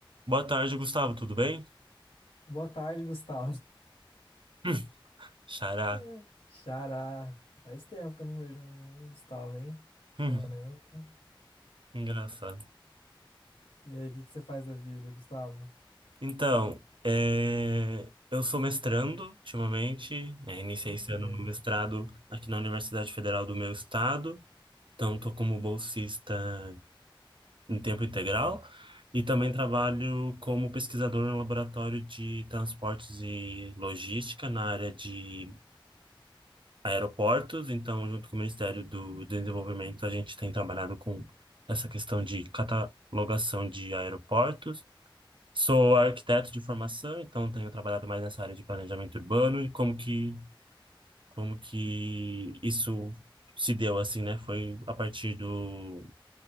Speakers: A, on the right (about 65°); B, on the left (about 90°).
A: Boa tarde, Gustavo, tudo bem?
B: Boa tarde, Gustavo.
A: Hum, Xará.
B: Hum. Xará. Faz tempo que eu não vejo um um Gustavo, hein?
A: Hum,
B: Caramba.
A: engraçado.
B: E aí, o que que você faz da vida, Gustavo?
A: Então, é, eu sou mestrando ultimamente, é, iniciei
B: Olha,
A: esse ano no mestrado aqui na Universidade Federal do meu estado, então estou como bolsista em tempo integral e também trabalho como pesquisador no laboratório de transportes e logística na área de aeroportos, então, junto com o Ministério do Desenvolvimento, a gente tem trabalhado com essa questão de catalogação de aeroportos. Sou arquiteto de formação, então tenho trabalhado mais nessa área de planejamento urbano e como que, como que isso se deu assim, né? Foi a partir do,